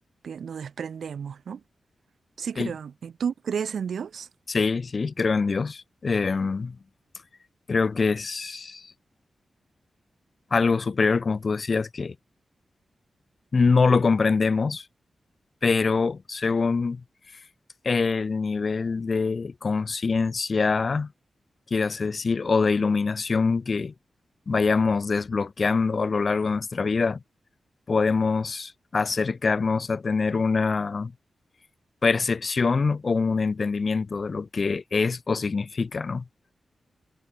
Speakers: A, on the right; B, on the left.
A: nos desprendemos, ¿no? Sí
B: Ok,
A: creo. ¿Y tú crees en Dios?
B: Sí, sí, creo en Dios. Em, creo que es algo superior, como tú decías, que no lo comprendemos, pero según El nivel de conciencia, quieras decir, o de iluminación que vayamos desbloqueando a lo largo de nuestra vida, podemos acercarnos a tener una percepción o un entendimiento de lo que es o significa, ¿no?